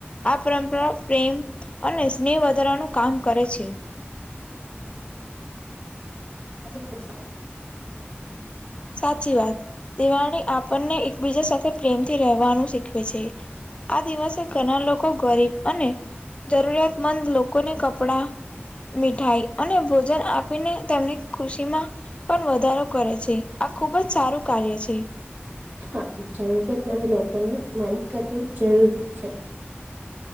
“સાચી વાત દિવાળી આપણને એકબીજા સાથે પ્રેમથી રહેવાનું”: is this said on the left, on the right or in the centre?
Left